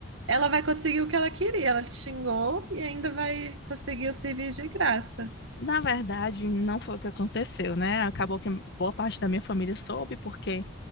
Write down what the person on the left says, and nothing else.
Na verdade, não foi o que aconteceu, né, acabou que boa parte da minha família soube, porque